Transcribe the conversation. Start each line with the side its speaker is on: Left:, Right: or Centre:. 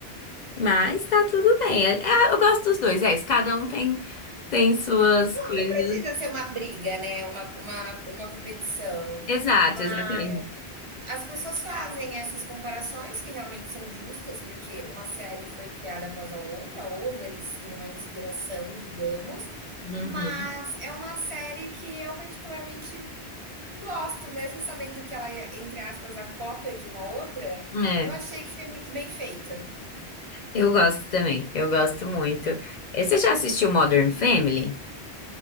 Left: Mas tá tudo bem. É, é, eu gosto dos dois, é isso. Cada um tem, tem suas
Right: Não,
Left: coisas.
Right: não precisa ser uma briga, né? Uma, uma, uma competição.
Left: Exato,
Right: Mas
Left: exatamente.
Right: As pessoas fazem essas comparações que realmente são justas, porque uma série foi criada após a outra, houve ali sim uma inspiração, digamos,
Left: Uhum.
Right: mas é uma série que eu particularmente gosto, mesmo sabendo que ela é, entre aspas, a cópia de uma outra,
Left: É,
Right: eu achei que foi muito bem feita.
Left: eu gosto também. Eu gosto muito. Eh, Você já assistiu Modern Family?